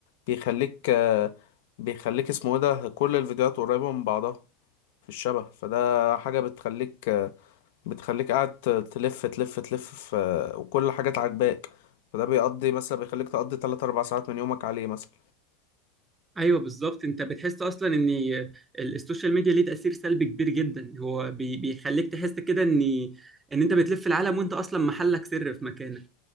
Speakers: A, on the left (about 70°); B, on the right (about 20°).
A: بيخليك آه، بيخليك اسمه ايه ده كل الفيديوهات قريبة من بعضها في الشبه فده حاجة بتخليك بتخليك قاعد ت- تلف تلف تلف في وكل حاجة عاجباك فده بيقضي مثلا بيخليك تقضي 3 4 ساعات من يومك عليه مثلا
B: ايوه بالظبط انت بتحس اصلا ان ال- السوشيال ميديا ليه تاثير سلبي كبير جدا هو بي- بيخليك تحس كده ان ان انت بتلف العالم وانت اصلا محلك سر في مكانك